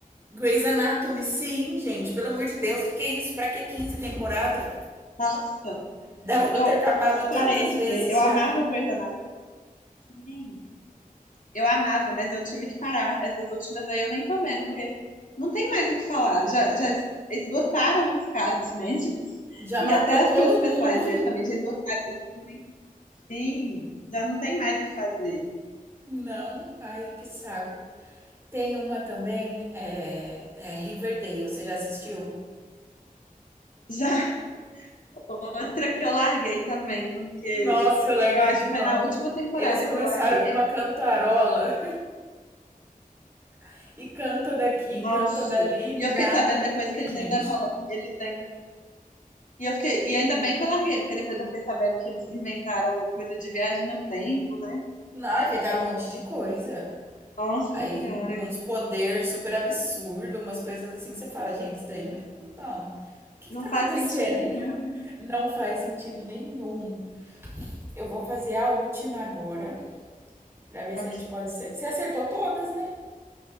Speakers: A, on the right; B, on the left.
A: Grey's Anatomy, sim, gente. Pelo amor de Deus, o que que é isso? Pra que 15 temporada?
B: Nossa,
A: Dava pra
B: eu,
A: ter acabado
B: eu
A: tantas
B: parei de
A: vezes
B: ver. Eu
A: já.
B: amava Grey's Anatomy. Eu amava, mas eu tive que parar. Essas últimas aí eu nem tô vendo, porque não tem mais o que falar. Já, já es- esgotaram os casos <laughs> médicos
A: Já
B: e
A: matou
B: até as
A: todo
B: coisas pessoais
A: mundo.
B: dele também já esgotaram. Ele, Sim, já não tem mais o que fazer.
A: <laughs> Não. Ai, que saco. Tem uma também, é, é Riverdale. Você já assistiu?
B: Já <laughs> outra que eu larguei também, porque
A: Nossa, eu larguei
B: eu acho
A: de
B: que
A: mão.
B: foi na última temporada
A: Eles começaram
B: que eu larguei.
A: com uma cantarola <laughs> e canta daqui,
B: Nossa!
A: canta dali, nada
B: E eu fiquei sabendo
A: a
B: depois
A: ver,
B: que eles
A: gente.
B: ainda colo- eles ainda e eu fiquei, e ainda bem que eu larguei, porque depois eu fiquei sabendo que eles inventaram coisa de viagem no tempo, né?
A: Não, inventaram um monte de coisa.
B: Nossa
A: Aí,
B: Senhora,
A: num poder super absurdo, umas coisas assim que você fala, gente, isso daí não é. Não. O que
B: Não
A: que tá
B: faz
A: acontecendo?
B: sentido nenhum.
A: <laughs> Não faz sentido nenhum. Eu vou fazer a última agora, pra ver
B: Ok.
A: se a gente pode ser. Você acertou todas, né?